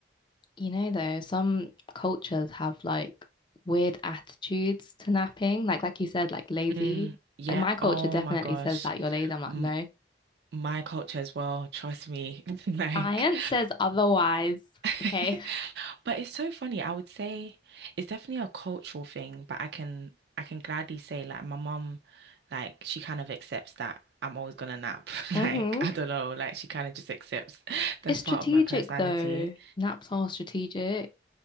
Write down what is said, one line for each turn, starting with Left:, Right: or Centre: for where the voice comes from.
Left: You know, though, some cultures have like weird attitudes to napping. Like, like you said, like lazy.
Right: Mm, yep.
Left: Like my culture
Right: Oh
Left: definitely
Right: my gosh.
Left: says that you're lazy. I'm like,
Right: M
Left: no.
Right: my culture as well. Trust me. <laughs> Like
Left: Science says otherwise.
Right: <laughs>
Left: Okay.
Right: But it's so funny. I would say it's definitely a cultural thing, but I can I can gladly say like my mum, like she kind of accepts that I'm always gonna nap. <laughs>
Left: hmm
Right: Like I don't know, like she kind of just accepts <laughs> that's
Left: It's strategic
Right: part of my personality,
Left: though. Naps are strategic.